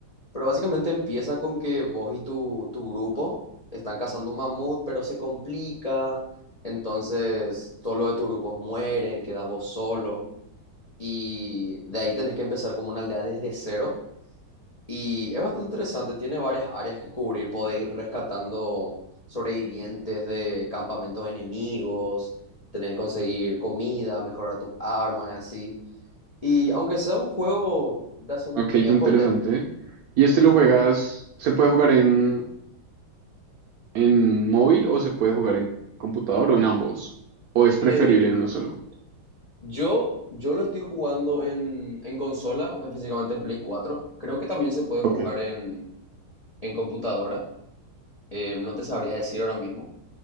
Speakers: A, on the left; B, on the right.
A: pero básicamente empieza con que vos y tu, tu grupo están cazando un mamut, pero se complica. Entonces, todos los de tu grupo mueren, quedas vos solo. Y de ahí tenés que empezar como una aldea desde cero. Y es bastante interesante, tiene varias áreas que cubrir. Podés ir rescatando sobrevivientes de campamentos enemigos, tenés que conseguir comida, mejorar tus armas y así. Y aunque sea un juego de hace un
B: Ok,
A: tiempo
B: qué interesante.
A: ya,
B: ¿Y este
A: ujú,
B: lo juegas, se puede jugar en, en móvil o se puede jugar en computador o en ambos? ¿O es
A: Eh,
B: preferible en uno solo?
A: yo, yo lo estoy jugando en, en consola, específicamente en Play cuatro Creo que también se puede jugar
B: Ok.
A: en, en computadora. Eh, no te sabría decir ahora mismo.